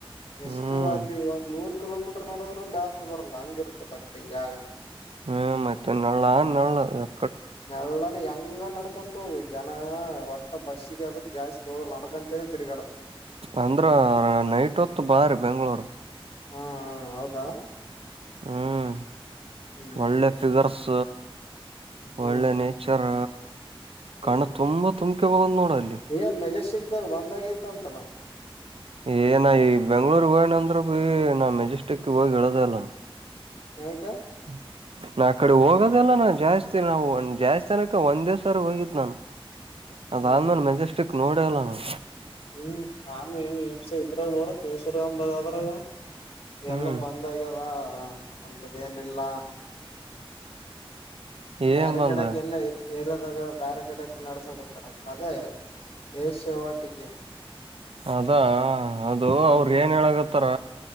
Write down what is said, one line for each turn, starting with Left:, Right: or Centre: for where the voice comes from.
Left: ಎಷ್ಟು
Right: ಹ್ಮ್
Left: ಅಲ್ಲಿ ಒಂದ್ ನೂರ್ ಕಿಲೋಮೀಟರ್ ನೋಡೋದ್ರ ಬ್ಯಾಸರ್ ಬರ್ಲ್ಲ ಹಂಗಿರ್ತದ ಆ ಕಡೆ ಈ ಜಾಗ
Right: ಹ್ಮ್- ಮತ್ತೆ ನಳ್ಳ ನಳ್ಳ ಎಡೆ
Left: ನನ ಹೆಂಗ ನಡ್ಕೊಂತ ಹೋಗ್ವಿ ಜನ ಒಟ್ಟ. ಮ- ಬಸ್ಸಿಗೆ ಅದಕ್ ಜಾಸ್ತಿ ಹೋಗ ನಡಗಂತೇನೆ ತಿರುಗಾಡತ್,
Right: ಅಂದ್ರ ನೈಟ್ ಹೊತ್ತು ಬಾರಿ ಬೆಂಗಳೂರು.
Left: ಹಾ- ಹ -ಹೌದಾ.
Right: ಹ್ಮ್
Left: ಹ್ಮ್
Right: -ಒಳ್ಳೆ ಫಿಗರ್ಸ್
Left: ಹ್ಮ್
Right: ಒಳ್ಳೆ ನೇಚರ್
Left: ಹ್ಮ್
Right: ಕಣ ತುಂಬಾ ತುಂಬಕೆ ಹೋಗದ್ ನೋಡ. ಅಲ್ಲಿ
Left: ಏನ್ ಮೆಜೆಸ್ಟಿಕ್ ದಾಗ ಬಂದಾಗೈತ ಅಂತಲ್ಲ.
Right: ಏನ ಈ ಬೆಂಗ್ಳೂರ್ <unintelligible> ಹೋಗನ ಅಂದ್ರ ಬಿ ನಾ ಮೆಜೆಸ್ಟಿಕ್ ಹೋಗಿ ಹೇಳದ ಅಲ್ಲ.
Left: ಹಟ <inaudible>
Right: ಹ್ಮ <inaudible> ನಾ -ಆ ಕಡೆ ಹೋಗೋದಲ್ಲ ನಾ ಜಾಸ್ತಿ ನಾವು ಒ ಜಾಸ್ತಿ ತಾನಕ್ಕೆ ಒಂದ್ ದಿವ್ಸಾರ ಹೋಗಿದ್ದ್ ನಾನು. ಅದಾದ್ಮೇಲೆ
Left: ಹ್ಮ್
Right: ಮೆಜೆಸ್ಟಿಕ್ ನೋಡಲ್ಲ ನಾ-
Left: ಹ್ಮ್ <unintelligible> ನಾನಸ ಇದ್ರಾಗ ನೋಡ <unintelligible> ದೇಶರಮದಾಗ ಅದ್ರಾಗ
Right: ಹ್ಮ್
Left: ಎಲ್ಲ ಬಂದಾಗ್ಯದ ಅಂತದ <unintelligible> ಏನಿಲ್ಲ ಬೇರೆ
Right: ಏನ್ ಬಂದ
Left: ಕಡೆಕ್ಕೆ ಎಲ್ಲ ಏರದಾಗ ಬೇರೆ ಕಡೆಕ್ ನಡಸಕತ್ತಾರಂತ ಅದೇ. ಎ ಸೇವಾ ಿಕೆ
Right: ಅದಾ ಅದು
Left: ಹ್ಮ್
Right: ಅವ್ರ ಏನ್ ಹೇಳಗತ್ತ. ಒಥರ